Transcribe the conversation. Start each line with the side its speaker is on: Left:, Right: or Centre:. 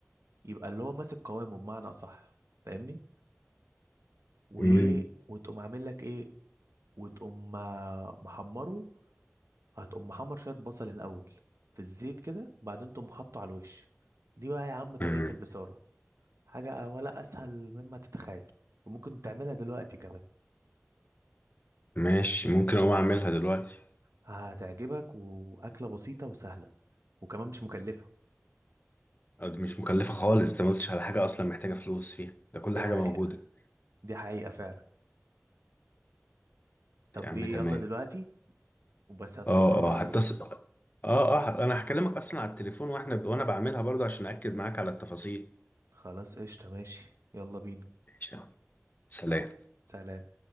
Right: يبقى اللي هو ماسك قوامه بمعنى اصح فاهمني وايه
Left: مم.
Right: وتقوم عامل لك ايه وتقوم آه، محمره هتقوم محمر شويه بصل الاول في الزيت كده بعدين تقوم حاطه على الوش دي بقى يا عم طريقه
Left: مم.
Right: البصاره حاجه ولا اسهل مما تتخيل وممكن تعملها دلوقتي كمان
Left: ماشي ممكن اقوم اعملها دلوقتي
Right: هتعجبك واكله بسيطه وسهله وكمان مش مكلفه
Left: أه، دي مش مكلفة خالص انت ما قلتش على حاجة اصلا محتاجة فلوس فيها ده كل
Right: دي
Left: حاجة
Right: حقيقه
Left: موجودة
Right: دي حقيقه فعلا طب
Left: يا عم
Right: ايه
Left: تمام
Right: يلا دلوقتي وبس هتصورها
Left: اه اه
Right: لي
Left: هتصل اه اه انا هكلمك اصلا على التليفون واحنا وانا بعملها برضه عشان اكد معاك على التفاصيل
Right: خلاص قشطة ماشي يلا بينا
Left: ماشي يا عم. سلام
Right: سلام